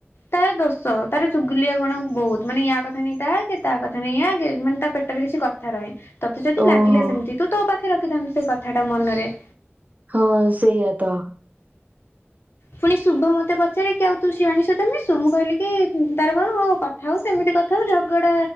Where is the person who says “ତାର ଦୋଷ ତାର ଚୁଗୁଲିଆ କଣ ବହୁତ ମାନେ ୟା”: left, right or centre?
Left